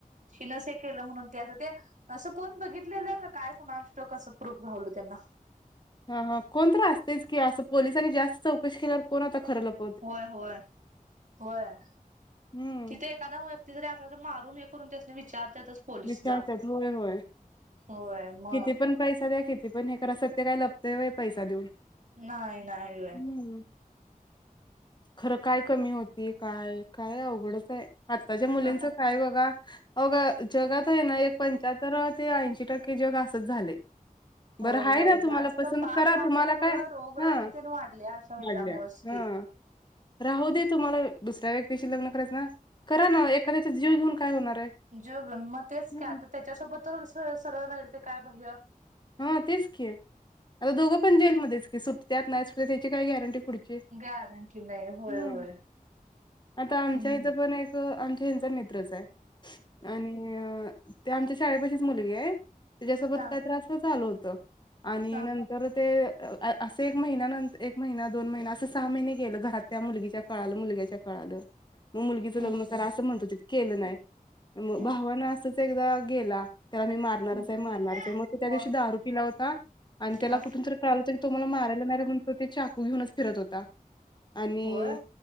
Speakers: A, on the right; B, on the left.
A: हिनचं ते केलं म्हणून ते अस ते असं कोण बघित कुठलं का काय कोणास ठाऊक असं प्रूफ घावल त्यांना
B: हा, हा कोणतरी असतेच की असं पोलिसांनी जास्त चौकशी केल्यावर कोणच खरं लपत
A: होय, होय, होय
B: हम्म
A: तिथे एखादा व्यक्ती जरी असला तरी मारून हे करून त्यास विचारत्यातच. पोलीस
B: विचारतात
A: जाब,
B: होय होय
A: होय म
B: किती पण पैसा द्या किती पण, हे करा सत्य काय लपतंय व्हय पैसा देऊन,
A: नाही नाही
B: हम्म. खरं काय कमी होती, काय -काय अवघडच आहे. आत्ताच्या मुलींचं
A: होय.
B: काय बघा, अघं जगात आहे ना एक पंच्याहत्तर ते ऐंशी टक्के जग असचं झालंय.
A: होय
B: बरं आहे
A: होय
B: ना तुम्हाला
A: जास्त
B: पसंत
A: पाप
B: करा
A: वाढल्यामुळं
B: तुम्हाला काय
A: रोगराई
B: हं
A: तेन वाढल्या अशा ह्याच्यामुळंच
B: वाडल्या
A: की.
B: हा राहू दे तुम्हाला दुसऱ्या व्यक्तीशी लग्न करायच ना करा ना एखाद्याचा जीव घेऊन काय होणार आहे?
A: जिव घेऊन म तेच
B: हं.
A: का आता त्याच्यासोबत सरळ-सरळ राहिलं त काय भय यं
B: हा तेच की, आता दोघं पण जेलमध्येच की सुट्टत्यात, नाही सूटत त्याची काय गॅरंटी पुढची,
A: गॅरंटी नाही होय
B: हं
A: होय
B: आता आमच्या
A: हम्म
B: इथं पण एक आमच्या ह्यांचा मित्रच आहे आणि अं ते आमच्या शाळेपाशीच मुलगी आहे त्याच्यासोबत
A: हा
B: काय असंच झालं होत. आणि
A: हा
B: नंत तर ते असं एक महिन्यानंतर एक महिना दोन महिना असं सहा महिने गेलं घरात त्या मुलगीच्या कळाल. मुलग्याच्या कळालं. मग मुलगीचं
A: हम्म
B: लग्न करा असं म्हणत होतीत केलं नाही मग
A: हम्म
B: भावान असच एकदा गेला त्याला मी मारणारच
A: हम्म
B: आहे मारणारच आहे. प त्या
A: व
B: दिवशी दारू पीला होता आणि त्याला
A: हा
B: कुठून कुठून तर कळालं होतं तो मला मारायला येणार आहे म्हणून तो ते चाकू घेऊनच फिरत होता. आणि
A: होय